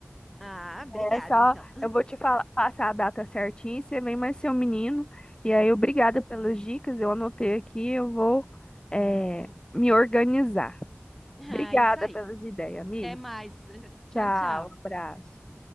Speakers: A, in the centre; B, on the left.
A: Ah, obrigada,
B: É só,
A: então.
B: eu vou te falar, passar a data certinha, você vem mais seu menino. E aí, obrigada pelas dicas, eu anotei aqui, eu vou, eh,
A: <laughs>
B: me organizar.
A: Ah,
B: Obrigada
A: isso aí.
B: pelas ideias, amiga.
A: Até mais. <laughs> Tchau,
B: Tchau,
A: tchau.
B: abraço.